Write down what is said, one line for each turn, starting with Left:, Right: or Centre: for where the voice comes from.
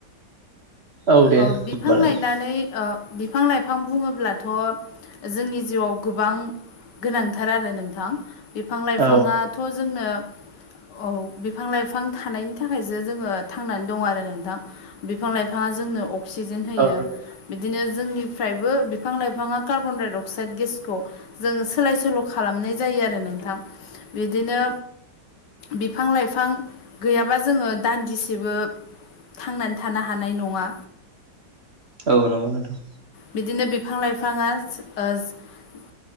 Right: औ दे
Left: ओ
Right: होमबालाय
Left: बिफां लायनानै ओ बिफां-लाइफां बुङोब्लाथ' जोंनि जिउआव गोबां गोनांथार आरो नोंथां। बिफां लाइफाङाथ'
Right: औ
Left: जोंनो औ बिफां लाइफां थानायनि थाखायसो जोङो थांनानै दं आरो नोंथां। बिफां लाइफाङा जोंनो अक्सिजेन होयो।
Right: औ नंगौ
Left: बिदिनो जोंनिफ्रायबो बिफां लाइफाङा कार्बन डाइ अक्साइड गेसखौ जों सोलाय सोल' खालामनाय जायो आरो नोंथां बिदिनो बिफां लाइफां गैयाबा जोङो दान्दिसेबो थांनानै थानो हानाय नङा।
Right: औ नंगौ नोंथां
Left: बिदिनो बिफां लाइफाङा जो ओ जो